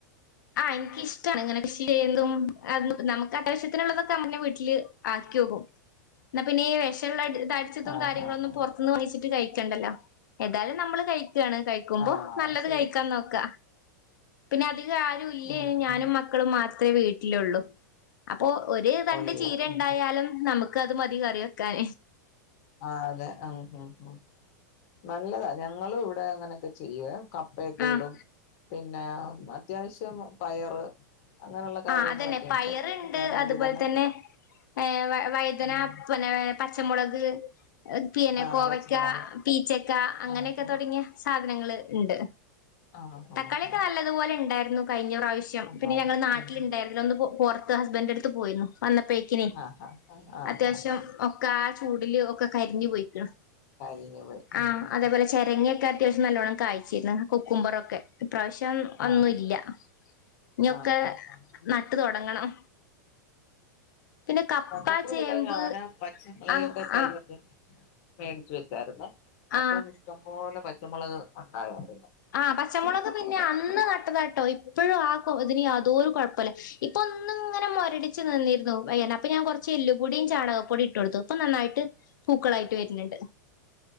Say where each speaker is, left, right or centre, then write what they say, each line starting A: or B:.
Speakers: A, on the left; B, on the left.
A: ആ എനിക്ക് ഇഷ്ടമാണ് ഇങ്ങനെ കൃഷി ചെയന്തും നമുക്ക് അത്യാവശ്യ ള്ളതൊക്കെ നമ്മെ വീട്ടില് ആക്കിയൊക്കും ഇന്നാ പിന്നെ ഈ വിഷള്ളത് തടിച്ചതുംകാര്യങ്ങളൊന്നും
B: ആഹ് ആഹ്
A: പുറത്ത്ന്ന് വങ്ങിച്ചിട്ട് കഴിക്ക ണ്ടല്ലോ എതായാലും നമ്മള് ക ക്കാണ് കഴിക്കുമ്പോ
B: ആഹ്
A: നല്ലത്
B: ശരി
A: കഴി ക്ക പിന്നെ അ അധിക ആരും ഇല്ലേ
B: ഉം
A: ഞാനും
B: ഉം
A: മക്കളും മാത്രേ വീട്ടി ലുള്ളൂ അ അപ്പോ ഒരു തണ്ട്
B: കൊള്ള
A: ചീര
B: ഉം
A: ഉണ്ടായാലും നമുക്ക് അത് മതി കറി വെക്കാൻ
B: ആ അതെ ഉം ഉം ഉം നല്ലതാ ഞങ്ങളും ഇവിടെ അങ്ങനൊക്കെ ചെയ്യുവേ കപ്പയൊക്കെ
A: ആഹ്
B: ഇടും പി ന്നെ അത്യാവശ്യം പയറ് അങ്ങനെയുള്ള കാര്യങ്ങളൊക്കെ
A: ആ അതന്നെ പയറ്ണ്ട്
B: ഉണ്ട് പിന്നെ വഴുതന
A: അതുപോൽ തന്നെ ഏ വ വയ്തന
B: ഉം
A: പിന്നെ പച്ചമൊളക് പിന്നെ
B: ആഹ്
A: കോവയ്ക്ക
B: പച്ചമുളക്
A: പീച്ച ക്ക അങ്ങനെയൊക്കെ
B: ആഹ്
A: തൊടങ്ങിയ സാധനങ്ങള് ഇണ്ട്
B: ആഹ്
A: തക്കാളിയൊക്കെ
B: ആഹ്
A: നല്ലതുപോലെ ഇണ്ടാരുന്നു കയിഞ്ഞ പ്രാവശ്യം
B: ഉണ്ടായിരുന്നു
A: പിന്നെ ഞങ്ങൾ നാ
B: ഉം
A: ലിണ്ടാരുന്നോന്ന് പൊ പൊറത്ത് ഹസ് ബൻഡന്റടുത്ത് പോയിരുന്നു വന്നപ്പേക്കിന്
B: ആഹ് ആഹ് ആഹ്
A: അത്യാവശ്യം
B: ആഹ്
A: ഒക്കെ ചൂടിൽ ഒക്കെ കരിഞ്ഞു പോയിക്കണ്
B: കരിഞ്ഞു പോയി
A: ആ
B: ഉം ഉം
A: അതേപോലെ ചെരങ്ങക്കെ അത്യാശ്യം നല്ലോണ്ണം കായ്ച്ചിരുന്നു കുക്കുമ്പർ ഒക്കെ ഇപ്രാശ്യം ഒന്നുല്ല
B: ആഹ്
A: ഇനിയൊക്കെ
B: ആഹ് ആഹ് ആഹ്
A: നട്ട് തൊടങ്ങണം പിന്നെ കപ്പ
B: ഞങ്ങക്കും
A: ചേമ്പ്
B: ഇവടെ ഞാന് പച്ചമോളകിന്റെ
A: അ
B: തയ്യൊക്കെ
A: ആ
B: മേടിച്ചു വെച്ചാരുന്നെ
A: ആ
B: അപ്പം ഇഷ്ടം പോലെ പ ച്ചമോളക് ഒണ്ടായോണ്ട്
A: ആ പച്ചമോളക് പിന്നെ അന്ന് നട്ടതാട്ടോ ഇപ്പഴും ആ ക്കോ ഇതിന് യാതോരു കൊഴപ്പ ല്ല ഇപ്പൊ ഒന്നും ഇങ്ങനെ മൊരടി ച്ചു നിന്നിരുന്നു വയ്യാണ്ട് അപ്പം ഞാൻ കൊറ ച്ച് എല്ലുപ്പൊടിയും ചാണകപ്പൊടിയും ഇട്ട് കൊടുത്തു ഇപ്പൊ നന്നായിട്ട് പൂക്കളായിട്ട് വര്ണ് ണ്ട്